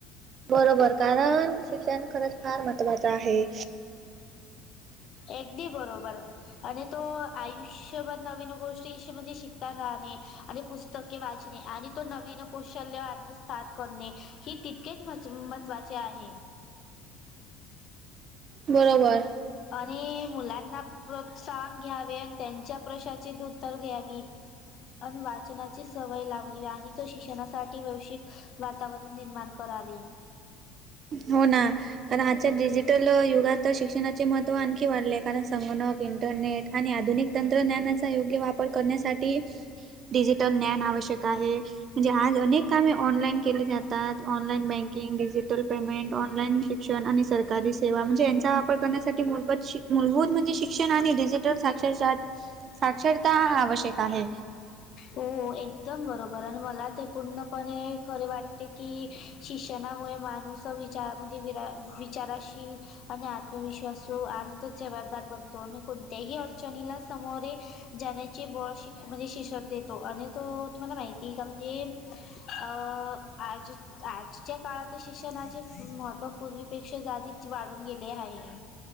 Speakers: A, on the right; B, on the left.
A: बरोबर, कारण शिक्षण खरंच फार महत्त्वाच आहे.
B: अगदी बरोबर. आणि तो आयुष्यभर नवीन गोष्टी म्हणजे शिकता राहाणे आणि पुस्त क वाचणे आणि तो नवीन कौशल्य आत्मसात करणे ही तितकेच महत्वाचे. त्या आहेन.
A: बरोबर.
B: आणि मुलांना प्रोत्साहन घ्यावे आणि त्यांच्या प्रशाचे दूध उतर घ्यावी आणि वाचनाची सवय लावली आणि प्रशिक्षणासाठी वैश्विक वातावरण निर्माण करावे.
A: हो ना, कारण आजच्या डिजिटल युगात तर शिक्षणाचे महत्त्व आणखी वाढले आहे, कारण संगणक इंटरनेट आणि आधुनिक तंत्रज्ञानाचा योग्य वापर वापर करण्यासाठी डिजिटल ज्ञान आवश्यक आहे. म्हणजे आज अनेक कामे ऑनलाईन केले जातात online banking, digital payment, online शिक्षण आणि सरकारी सेवा म्हणजे यांचा वापर करण्यासाठी मूलभूत-मूलभूत, म्हणजे शिक्षण आणि डिजिटल साक्षरच्या चार्ट साक्षरता हा आवश्यक आहे.
B: हो एकदम बरोबर आणि मला ते पूर्णपणे खरे वाट की शिक्षणामुळे माणूस विचार म्हणजे विरा विचाराशील आणि आत्मविश्वासु आणि तो जबदार बनतो आणि कोणत्याही अडचणीला समोरे जाण्याची बळ श म्हणजे शिषत देतो आणि तो तुम्हाला माहिती का म्हणजे अ आज, आज च्या काळातील शिक्षणाचे महत्त्व पूर्वीपेक्षा जाधीच वाढून गेले आहे.